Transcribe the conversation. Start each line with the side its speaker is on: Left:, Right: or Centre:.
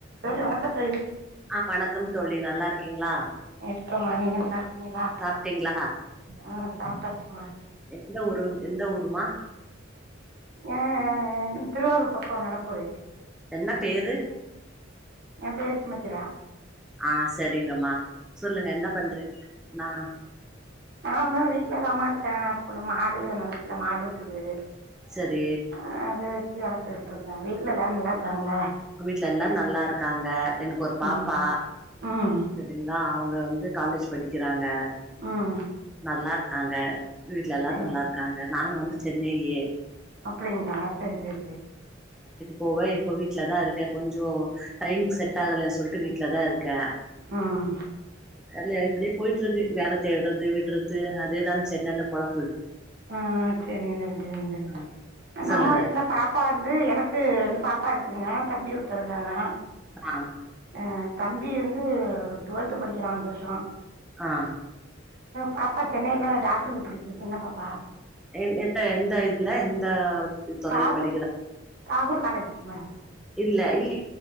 Right: வணக்கம் தோழி
Centre: ஆஹ் வணக்கம் தோழி நல்லா இருக்கீங்களா
Right: இருக்கோமா நீங்க நல்லா இருக்கீங்களா ங்களா
Centre: சாப்ட்டீங்களா
Right: ஆஹ் சாப்பிட்டாச்சுமா
Centre: எந்த ஊரு எந்த ஊருமா
Right: ஆஹ் திருவாரூர் பக்கம் நடப்பூரு
Centre: என்ன பேரு
Right: என் பேர் சுமித்திர
Centre: ஆ சரிங்கம்மா சொல்லுங்க என்ன பண்றே நான்
Right: ஆமா வீட்டுல தாமா இருக் கள்ள மாடு நம்ம வீட்டுல மாடு இருக்குது
Centre: சரி
Right: ஆ அது வச்ச வளர்த்துட்டு இருக்கேன் வீட்டுல எல்லாரும் நல்லா இருக்காங்களா
Centre: வீட்டுல எல்லாரும் நல்லா இருக்காங்க எனக்கு ஒரு பாப்பா
Right: ம் ம்
Centre: சரிங்களா அவங்க வந்து காலேஜ் படிக்கிறாங்க
Right: ம்
Centre: நல்லா இருக்காங்க வீட்டுல எல்லாரும்
Right: சரி
Centre: நல்லா இருக்காங்க நாங்க வந்து சென்னையே
Right: அப்படிங்களா சரி சரி சரி
Centre: போவை இப்பவி வீட்ல தான் இருக்க கொஞ்சம் டைமிங் செட் ஆகலைன்னு சொல்லிட்டு வீட்டு்ல தான் இருக்கேன்
Right: ம்
Centre: <unintelligible> போயிட்டு இருக்கு வேலை தேடுறது விடுறது அதேதானே சென்னையல்ல பொழப்பு
Right: ஆஹ் சரிங்க சரிங்க
Centre: ஆ
Right: நம்ம
Centre: சொல்லுங்க
Right: வீட்டுல பாப்பா வந்து எனக்கு ரெண்டு பாப்பா பாப்பா இருக்குங்க தம்பி ஒருத்த இருக்காங்க
Centre: ஆஹ்
Right: அ தம்பி வந்து டுவெல்த் படிக்கிறா இந்த வருஷோ.
Centre: ஆஹ.
Right: பாப்பா சென்னையில டாக்டருக்கு படிக்குது சின்ன பாப். பா.
Centre: எ எந்த எந்த இதுல எந்த. துறையில
Right: தாகுர்
Centre: படிக்கிறா
Right: தாகுர். காலேஜ் மேடோ.
Centre: இல்ல இல்ல